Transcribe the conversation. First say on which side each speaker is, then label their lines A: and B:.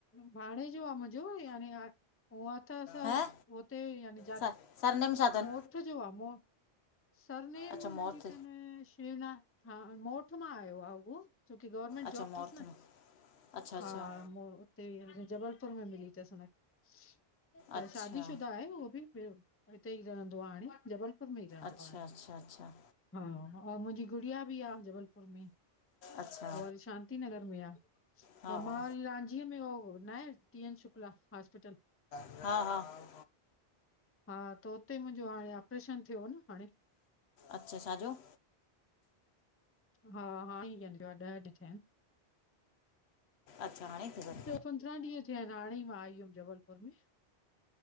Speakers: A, on the left (about 15°); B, on the left (about 75°).
A: भाणेजो आह मुंहिंजो यानी उह त असां
B: हैं
A: हुते यानी जात
B: सर सरनेम छा अथनि
A: मोथ जो आह मोथ सरनेम
B: अच्छा
A: हुनजी
B: मोर्थ
A: थन शिवना हा मोठ मां आयो आह उहो। छो कि गवर्मेंट
B: अच्छा
A: जॉब
B: मोर्थ
A: थस न,
B: में अच्छा अच्छा
A: हा मो हुते जबलपुर में मिली अथसि हुनखे, त
B: अच्छा
A: शादी शुदा आहे उहो बि ॿियो उते ई रहंदो आहे हाणे, जबलपुर में ई रहंदो
B: अच्छा
A: आहे
B: अच्छा अच्छा।
A: हा, ऐं मुंहिंजी गुड़िया भी आह जबलपुर में।
B: अच्छा
A: ऊअ वरी शांती नगर में आह।
B: हा
A: ह
B: हा
A: मां वरी रांझीअ में हो ना आहे, टी न शुक्ला हॉस्पिटल।
B: हा हा हा।
A: हा त उते मुंहिंजो हाणे ऑपरेशन थियो न हाणे
B: अच्छा, छा जो?
A: हा हा हाणे ई वेंदो आ ॾह ॾींहं थिया आहिनि। <unintelligible>
B: अच्छा हाणे ई थियो थव?
A: ॿियो पंद्रहां ॾींहं थिया आहिनि हाणे ई आई हुअमि जबलपुर में।